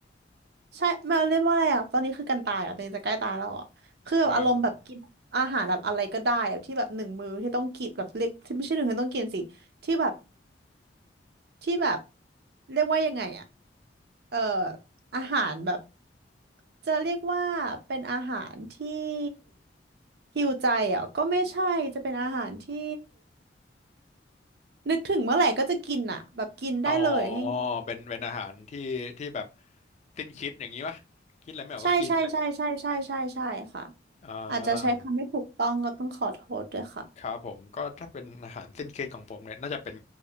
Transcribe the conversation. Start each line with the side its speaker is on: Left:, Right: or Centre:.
Right: ใช่ไม่เรียกว่าอะไรอะตอนนี้คือกันตายอะตอนนี้จะใกล้ตายแล้วอะคือแบบอารมณ์แบบกินอาหารแบบอะไรก็ได้อะที่แบบหนึ่งมื้อที่ต้องกินแบบเล็กที่ไม่ใช่หนึ่งที่ต้องกินสิที่แบบ
Left: เอ่อ
Right: ที่แบบเรียกว่ายังไงอะเอ่ออาหารแบบจะเรียกว่าเป็นอาหารที่ฮิวใจอ่ะก็ไม่ใช่จะเป็นอาหารที่ นึกถึงเมื่อไหร่ก็จะกินอ่ะแบบกินได้เลยง่าย
Left: อ๋อเป็นเป็นอาหารที่ที่แบบสิ้นคิดอย่างนี้ปะคิดอะไรไม่ออกก็กิน
Right: ๆใช่ใช่ใช่ใช่ใช่ใช่ใช่ค่ะ
Left: อ่
Right: อาจจะใช้คำไม่ถูกต้องก็ต้องขอโทษด้วยค่ะ
Left: าครับผมก็ถ้าเป็นอาหารสิ้นคิดของผมเนี่ยน่าจะเป็น